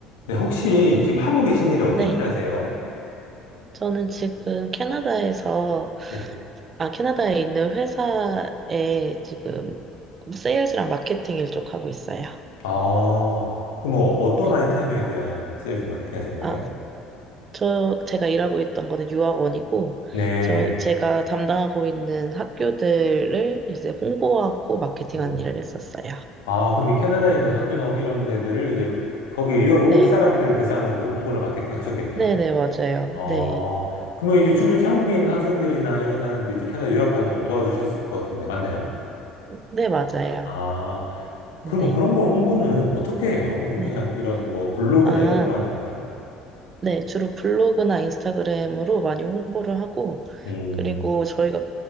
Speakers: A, on the left; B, on the right.
A: 네, 혹시 지금 하고 계신 일이 어떤
B: 네.
A: 일 하세요?
B: 저는 지금 캐나다에서,
A: 네.
B: 아, 캐나다에 있는 회사에 지금 세일즈랑 마케팅 일 쪽 하고 있어요.
A: 아, 그럼 뭐 어떤
B: 네.
A: 아이템에 대한 세일즈 마케팅 하신 거예요?
B: 아, 저, 제가 일하고 있던 거는 유학원이고,
A: 네.
B: 저, 제가 담당하고 있는 학교들을 이제 홍보하고 마케팅한
A: 음.
B: 일을 했었어요.
A: 아, 그러면 캐나다에 있는 학교나 이런 데들을 이제 거기에 유학을
B: 네.
A: 올 사람들 대상으로 홍보를 마케팅 하셨겠네요?
B: 네네, 맞아요.
A: 아,
B: 네.
A: 그러면 이제 주로 이제 한국에 있는 학생들이나 이런 사람들이 이제 캐나다 유학 가는 걸 도와주셨을 것 같은데, 맞나요?
B: 네, 맞아요.
A: 아,
B: 네.
A: 그러면 그런 거 홍보는 어떻게 해요? 뭐
B: 네.
A: 그냥 이런 뭐 블로그나
B: 아,
A: 이런 걸로 하는 거예요?
B: 네, 주로 블로그나 인스타그램으로 많이 홍보를 하고,
A: 음,
B: 그리고 저희가